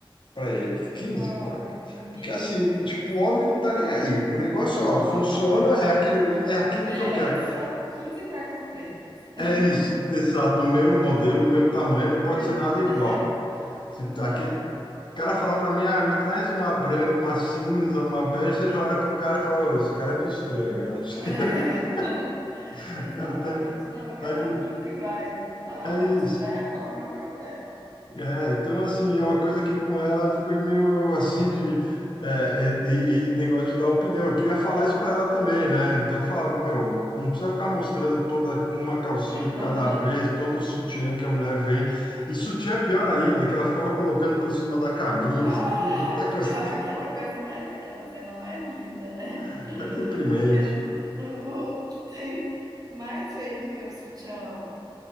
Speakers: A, on the left; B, on the right.
A: pra ele, quinze
B: Ah,
A: cuecas.
B: meu
A: Porque assim,
B: Deus.
A: tipo, o homem não tá nem aí. O negócio,
B: Aham,
A: ó, funciona, é aquele ali, é aquele
B: é
A: que eu quero.
B: essa, Quinze cuecas pretas. <laughs>
A: É isso, exato, do mesmo modelo, do mesmo tamanho, não pode
B: Mesmo
A: ser nada igual.
B: da.
A: Se
B: Exato.
A: tá Aquele, cara falar pra mim, ah, me traz uma branca, uma cinza, uma bege, você já olha pro cara e fala, ô, esse cara é meio estranho, eu não sei,
B: É.
A: <laughs>
B: <laughs>
A: o
B: Exatamente.
A: cara tá,
B: Não, eu quero
A: tá, imitando,
B: as 15 iguais. Tá
A: é
B: ótimo,
A: isso.
B: já resolve meu problema.
A: É, então, assim, é uma coisa que com ela ficou meio, <laughs> assim, de, é, é, e, e negócio de dar opinião, eu queria falar isso pra ela também, né, então eu falava, meu, não precisa ficar mostrando toda uma calcinha
B: <laughs>
A: de cada vez, todo o sutiã que a mulher vem, e sutiã é pior ainda, que ela ficava colocando por cima da camisa,
B: Ah,
A: puta
B: ficava
A: coisa,
B: aquela coisa mais, aquela cena mais linda, né?
A: <laughs>
B: <laughs>
A: é deprimente,
B: Porque
A: pô.
B: o, o- o que tem mais feio do que o sutiã,